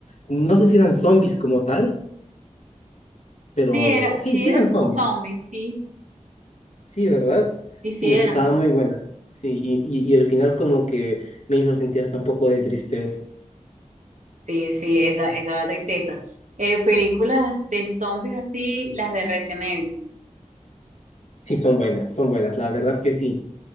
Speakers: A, on the left; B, on the right.
A: no sé si eran zombies como tal, pero
B: Sí, era,
A: sí,
B: sí
A: sí
B: eran
A: eran zombies,
B: como zombies, sí,
A: sí, ¿verdad?
B: sí, sí
A: Sí,
B: eran.
A: es- estaba muy buena. Sí, y, y, y el final como que me hizo sentir hasta un poco de tristeza.
B: Sí, sí, esa, esa tristeza. Eh, películas de zombies así, las de Resident Evil.
A: Sí, son buenas, son buenas, la verdad que sí.